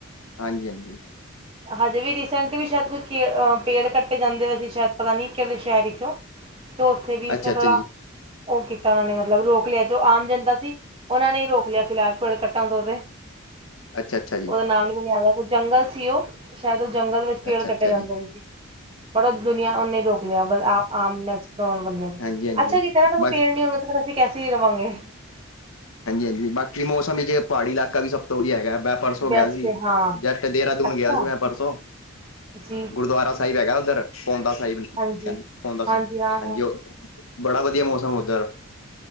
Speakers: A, on the left; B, on the right.
A: ਹਾਂਜੀ ਹਾਂਜੀ
B: ਹਜੇ ਵੀ ਵੀ ਸ਼ਾਇਦ ਕੋਈ ਪੇੜ ਕੱ ਜਾਂਦੇ ਵੈਸੀਂ ਸ਼ਾਇਦ ਪਤਾ ਨੀ ਕਿਹੜੇ ਸ਼ਹਿਰ ਵਿੱਚ ਉੱਥੇ ਵੀ
A: ਅੱਛਾ
B: ਸਰ
A: ਅੱਛਾ ਜੀ
B: ਓ ਕੀਤਾ ਉਹਨਾਂ ਨੇ ਮਤਲਬ ਰੋਕ ਲਿਆ ਜੋ ਆਮ ਜਨਤਾ ਸੀ ਉਨਾਂ ਨੇ ਰੋਕ ਲਿਆ ਫਿਲਹਾਲ ਪੇੜ ਕੱਟਣ ਦ
A: ਅੱਛਾ ਅੱਛਾ ਜੀ
B: ਉਦਾ ਨਾਮ ਨੀ ਮੈਨੂੰ ਯਾਦ ਜੰਗਲ ਸੀ ਓ ਸ਼ਾਇਦ ਓ ਜੰਗਲ ਵਿੱਚ ਪੇੜ
A: ਅੱਛਾ
B: ਕੱਟੇ
A: ਅੱਛਾ
B: ਜਾਂਦੇ
A: ਜੀ
B: ਨੇ ਜ ਬੜਾ ਦੁਨੀਆਂ ਉਨੇ ਰੋਕ ਲਿਆ ਆਮ ਨੈਚਲ ਬੰਦਿਆ ਨੇ
A: ਹਾਂਜੀ ਹਾਂਜੀ
B: ਅੱਛਾ ਕਿ ਕੀਤੇ ਨਾ
A: ਬਸ
B: ਪੇੜ ਨੀ ਹੋਣਗੇ ਤੇ ਫਿਰ ਅਸੀਂ ਕੈਸੀੇ ਰਵਾਂਗੇ
A: ਹਾਂਜੀ, ਹਾਂਜੀ ਬਾਕੀ ਮੌਸਮ ਵਿੱਚ ਜੇ ਪਹਾੜੀ ਇਲਾਕਾ ਵੀ ਸਭ ਤੋਂ ਹੀ ਹੈਗਾ ਮੈਂ ਪਰਸੋਂ
B: ਬੈਸਟ
A: ਗਿਆ ਸੀ
B: ਹਾਂ
A: ਜਸ਼ਟ ਦੇਹਰਾਦੂਨ
B: ਅੱਛਾ
A: ਗਿਆ ਸੀ ਮੈਂ ਪਰਸੋਂ
B: ਜੀ
A: ਗੁਰਦੁਆਰਾ ਸਾਹਿਬ ਹੈਗੇ ਉੱਧਰ ਪਉਂਦਾ ਸਾਹਿਬ
B: ਹਾਂਜੀ
A: ਕਹਉਂਦਾ
B: ਹਾਂ ਹਾਂ
A: ਹਾਂਜੀ ਉਹ ਬੜਾ ਵਧੀਆ ਮੌਸਮ ਓਧਰ